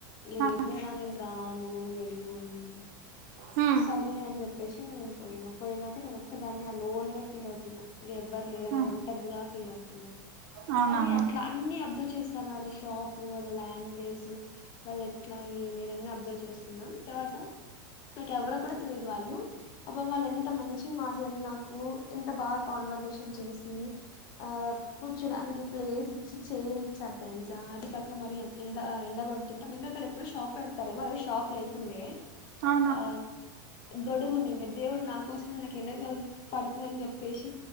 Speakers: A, on the left; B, on the right.
A: లేదు
B: ఆ
A: లేరా నేను రాను నువ్వు వెళ్ళు అనింది
B: మ్మ్
A: సర్లే అని చెప్పేసి నేను పోయినా పోయినాక నేను ఒక్కదాన్ని ఆ లోన్ గా ఫీల్ అవుతున్నా ఇది ఎవ్వరు లేరుని
B: ఆ
A: ఒంటరిదిగా ఫీల్ అవుతున్నా
B: అవునవును
A: కానీ అట్ల అన్ని అబ్జర్వ్ చేస్తాను వాళ్ళ షాప్లు వాళ్ళ లాంగ్వేజ్ వాళ్ళు ఎట్ల ఏమి అన్ని అబ్జర్వ్ చేస్తున్నా తర్వాత నాకు ఎవరో కూడా తెలిదు వాళ్ళు పాపం వాళ్ళు ఎంత మంచి మాట్లాడి నాకు ఎంత బాగా కాన్వర్సేషన్ చేసి ఆ కూర్చోడానికి ప్లేస్ ఇచ్చి చైర్ ఇచ్చారు తెలుసా అది కాక మరి ఎంత ఎండబడుతుంటా మేము అక్కడ ఎప్పుడు షాప్ పెడతారు మరి షాప్ లేకుండే
B: ఆ
A: ఆ గొడుగు నిండి దేవుడు నా కోసం నాకు ఎండ పడుతుందని చెప్పేసి